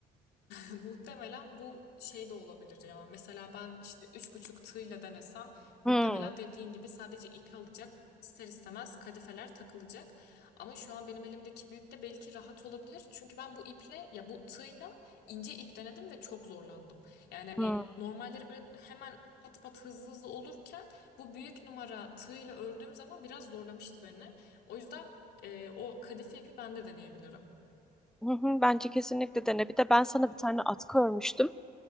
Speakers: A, on the left (about 75°); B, in the centre.
A: Muhtemelen bu şey de olabilir ya. Mesela ben işte üç buçuk tığla denesem muhtemelen
B: Hmm,
A: dediğin gibi sadece ipi alacak. ister istemez kadifeler takılacak. Ama şu an benim elimdeki büyük de belki rahat olabilir. Çünkü ben bu iple ya bu tığla ince ip denedim ve çok zorlandım. Yani hani
B: hmm.
A: normalleri böyle hemen pat pat hızlı hızlı olurken bu büyük numara tığla ördüğüm zaman biraz zorlamıştı beni. O yüzden e, o kadife ipi ben de deneyebilirim.
B: Hı hı, bence kesinlikle dene. Bir de ben sana bir tane atkı örmüştüm.